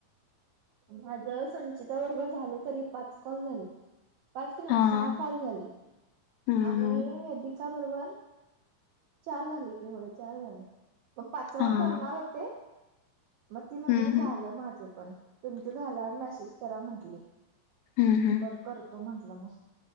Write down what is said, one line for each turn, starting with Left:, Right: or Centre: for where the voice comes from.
Right: माझ संचिता बरोबर झाले, तरी पाच कॉल झाले. पाच क नाही
Left: हा
Right: सहा कॉल झाले.
Left: हम्म,
Right: आणि
Left: हम्म.
Right: वेदिका बरोबर चार झाले कि होय, चार झाले. मग पाचवा
Left: हां.
Right: करणार होते. मग ती म्हंटली
Left: हम्म,
Right: झालं
Left: हम्म.
Right: पण, तुमचं झाल्यावर मेसेज करा म्हंटली.
Left: हम्म, हम्म.
Right: बरं करतो म्हंटलं मग,